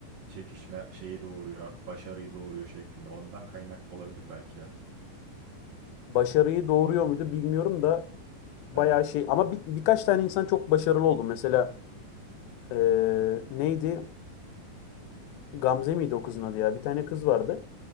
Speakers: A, on the right; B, on the left.
A: Çekişme şeyi doğuruyor, başarıyı doğuruyor şeklinde. Ondan kaynaklı olabilir belki ya.
B: Başarıyı doğuruyor muydu bilmiyorum da bayağı
A: Evet.
B: şey ama bir- birkaç tane insan çok başarılı oldu. Mesela e, neydi? Gamze miydi o kızın adı ya? Bir tane kız vardı.